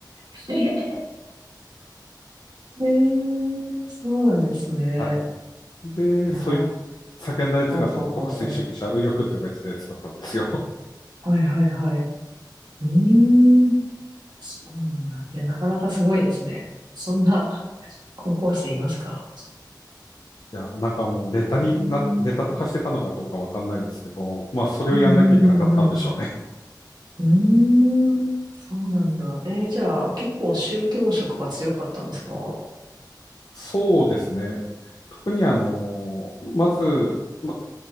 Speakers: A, on the right; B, on the left.
A: <laughs> ええー、そうなんですね。
B: はい。で、
A: いやー、
B: そういう叫んだやつがその国粋主義者、
A: ほうほうほうほ
B: 右翼って呼ばれてたやつだったんですよ。<laughs>
A: う。はいはいはい。うーん、そうなんだ。いや、なかなかすごいですね。そんな高校生いますか
B: いや、なんかもうネタになって、
A: へえ
B: ネタとかしてたのかどうかわかんないですけど、まあそれをやんなきゃいけなかったんでしょうね。
A: うんうんうんうん。うーん、そうなんだ。えーじゃあ、結構宗教色は強かったんですか
B: そうですね。特にあの、まず、ま、